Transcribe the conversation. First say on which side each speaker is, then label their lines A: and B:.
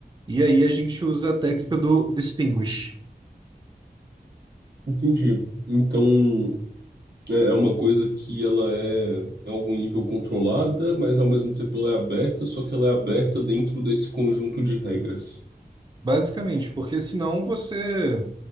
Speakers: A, on the right; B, on the right.
A: E aí a gente usa a técnica do distinguish,
B: Entendi. Então, É é uma coisa que ela é, em algum nível, controlada, mas ao mesmo tempo ela é aberta, só que ela é aberta dentro desse conjunto de regras.
A: basicamente, porque senão você,